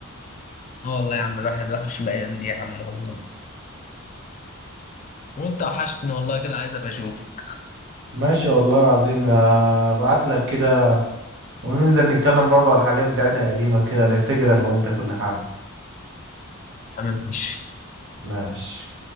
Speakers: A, on the left; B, on the right.
A: اه والله يا عم الواحد وحش الايام دي يا عم والله وانت وحشتني والله كده عايز ابقى اشوفك
B: ماشي والله العظيم ابعت لك كده وننزل نتكلم برضه على الحاجات بتاعتنا القديمة كده نفتكر انا وانت كل حاجة
A: يا عم ماشي
B: ماشي